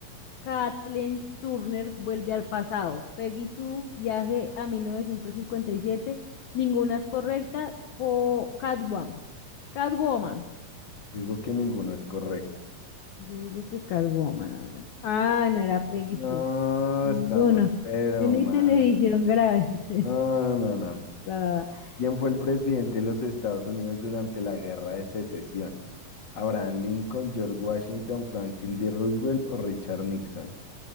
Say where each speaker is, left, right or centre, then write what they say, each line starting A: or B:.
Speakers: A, on the left; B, on the left.
A: Kathleen Turner vuelve al pasado? Peggy Sue, viaje a 1957. Ninguna es correcta. Co- Catwoman. Catwoman.
B: digo que ninguno es correcto.
A: Yo digo que Catwoman, a ver. Ah, no era Peggy
B: No,
A: Sue. Ninguno.
B: estamos pero
A: Tiene
B: mal.
A: televisión grave. <laughs>
B: No, no, no, no.
A: Va, va, va.
B: ¿Quién fue el presidente de los Estados Unidos durante la Guerra de Secesión? ¿Abraham Lincoln, George Washington, Franklin D. Roosevelt o Richard Nixon?